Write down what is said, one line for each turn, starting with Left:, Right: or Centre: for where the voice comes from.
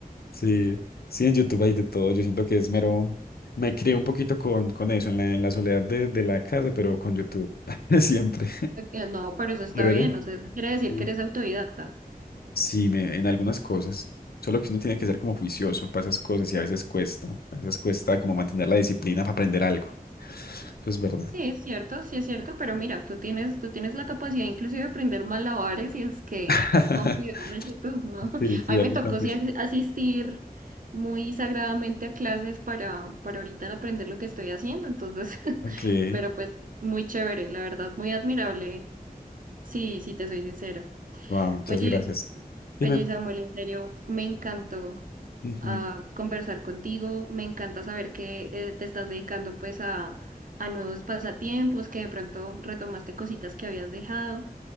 Left: Sí, sí, en YouTube hay de todo. Yo siento que es mero. Me crié un poquito con, con eso, en la, en la soledad de, de la casa, pero con YouTube. <laughs> Siempre.
Right: Eh, No, pero eso está
Left: <laughs> Chévere.
Right: bien, o sea, eso quiere decir
Left: Sí,
Right: que eres autodidacta.
Left: Sí, me- en algunas cosas. Solo que uno tiene que ser como juicioso para esas cosas y a veces cuesta. A veces cuesta como mantener la disciplina para aprender algo. Eso es verdad.
Right: Sí, es cierto, sí es cierto, pero mira, tú tienes, tú tienes la capacidad inclusive de aprender malabares y skate
Left: <laughs>
Right: con videos de YouTube, ¿no? <laughs>
Left: Sí, sí,
Right: A mí
Left: algo
Right: me tocó
Left: tan difícil.
Right: sí as- asistir muy sagradamente a clases para, para ahorita aprender lo que estoy haciendo, entonces, <laughs>
Left: Ok.
Right: pero pues muy chévere, la verdad, muy admirable, sí, sí te soy sincera.
Left: Wow, muchas
Right: Oye,
Left: gracias. Dime.
Right: oye Samuel, en serio, me encantó
Left: Ujú.
Right: a conversar contigo. Me encanta saber que eh, te estás dedicando pues a, a nuevos pasatiempos, que de pronto retomaste cositas que habías dejado.